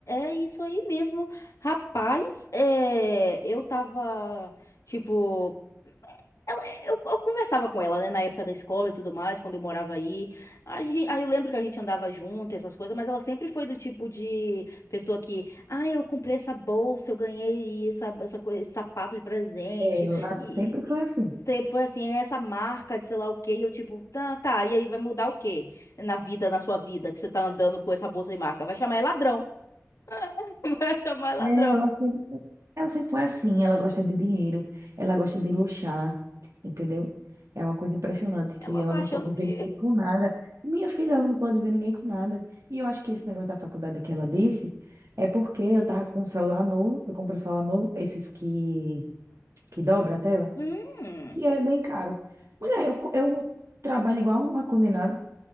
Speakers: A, on the left (about 75°); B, on the right (about 70°).
A: é isso aí mesmo. Rapaz, é, eu tava, tipo, Ela, eu, eu conversava com ela, né, na época da escola e tudo mais, quando eu morava aí. A gen- Aí, eu lembro que a gente andava junto, e essas coisas, mas ela sempre foi do tipo de pessoa que, ah, eu comprei essa bolsa, eu ganhei essa, essa coisa, esse sapato de presente,
B: Ela sempre
A: e,
B: foi
A: e
B: assim.
A: sempre foi assim, "É essa marca de sei lá o quê, e eu tipo, tá, tá, e aí vai mudar o quê na vida, na sua vida, que você tá andando com essa bolsa de marca? Vai chamar é ladrão, <laughs> vai chamar é ladrão.
B: É, Ela sempre, ela sempre foi assim, ela gosta de dinheiro, ela gosta de luxar, entendeu? É uma coisa impressionante que
A: Ela
B: ela
A: tá
B: não
A: achando
B: pode
A: que,
B: ver ninguém com nada. Minha filha, ela não pode ver ninguém com nada. E eu acho que esse negócio da faculdade que ela disse é porque eu tava com um celular novo, eu comprei um celular novo, esses que, que dobra a tela,
A: hum,
B: que é bem caro. Mulher, eu, co- eu trabalho igual uma condenada,